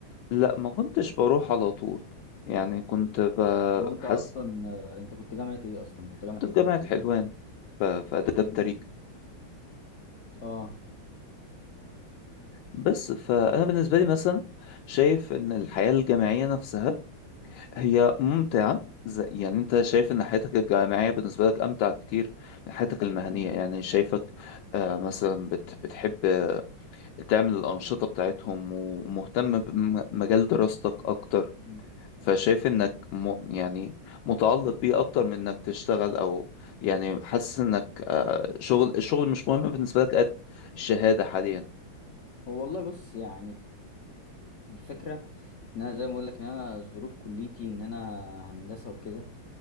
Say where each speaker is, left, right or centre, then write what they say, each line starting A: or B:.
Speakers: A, on the left; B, on the left.
A: لا ما كنتش بروح على طول يعني كنت بحس
B: هو انت اصلا آه، انت كنت جامعة ايه اصلا كنت جامعة
A: كنت في
B: ايه
A: جامعة
B: كلية ايه
A: حلوان
B: وكده
A: ف- في آداب
B: كليه
A: تاريخ
B: ايه؟ اه
A: بس فأنا بالنسبة لي مثلا شايف إن الحياة الجامعية نفسها هي ممتعة زي يعني انت شايف ان حياتك الجامعية بالنسبة لك امتع كتير من حياتك المهنية
B: مم.
A: يعني شايفك آه مثلا بت بتحب آه، تعمل الانشطة بتاعتهم ومهتم بمجال دراستك اكتر
B: مم.
A: فشايف انك م يعني متعلق بيه اكتر من انك تشتغل او يعني حاسس انك آه شغل الشغل مش مهم بالنسبة لك قد الشهادة حاليا
B: هو والله بص يعني الفكره ان انا زي ما اقول لك ان انا ظروف كليتي ان انا هندسه وكده